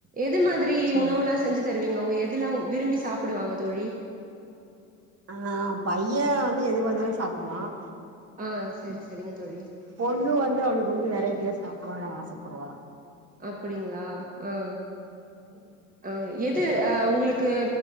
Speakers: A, on the right; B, on the right.
A: எது மாரி
B: சொல்லுங்
A: உணவுலாம் செஞ்சு தருவீங்க உங்க எதுலாம் விரும்பி சாப்புடுவாங்க தோழி
B: ஆனா பையன் வந்து எது வந்தாலும் சாப்புடுவான்
A: ஆ சரி சரிங்க தோழி
B: பொண்ணு வந்து அவளுக்கு வந்து வெரைட்டியா சாப் படனு ஆசப்படுவா
A: அப்டிங்ளா ஆ
B: <inaudible>
A: ஆ எது ஆ உங்களுக்கு